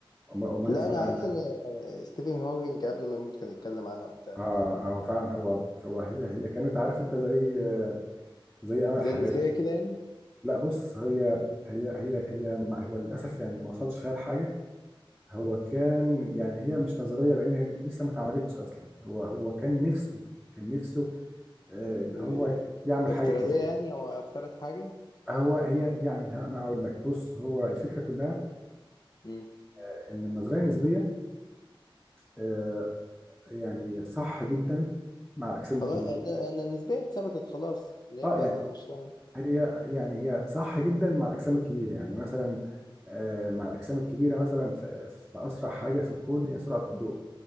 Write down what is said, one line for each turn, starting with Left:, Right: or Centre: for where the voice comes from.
Centre: امال أمال
Left: لا
Centre: انت سمعت
Left: انا عرفت
Centre: عنها
Left: ان آه، ستيفن هوكينج قبل ما يموت كان يتكلم عنها وبتاع
Centre: اه اه فعلا هو هو هي هي كانت عارف انت زي زي امل
Left: زي
Centre: حياته
Left: نسبية كده يعني
Centre: لا بص هي هي هي هي ما- هو للاسف يعني ما وصلش فيها لحاجه هو كان يعني هي مش نظريه لان هي لسه ما اتعملتش اصلا هو هو كان نفسه كان نفسه آه ان
Left: آه،
Centre: هو يعمل
Left: افتراضية
Centre: حاجه كده
Left: يعني او افترض حاجة
Centre: هو هي يعني ه- انا هقول لك بص هو الفكره كلها
Left: امم
Centre: آه، ان النظريه النسبيه آه، يعني صح جدا مع الاجسام الكبيره
Left: خلاص آه، ان إن النسبية اتثبتت خلاص اللي هي
Centre: اه
Left: بتاعت
Centre: يعني
Left: اينشتاين
Centre: هي يعني هي صح جدا مع الاجسام الكبيره يعني مثلا آه، مع الاجسام الكبيره مثلا في في اسرع حاجه في الكون هي سرعه الضوء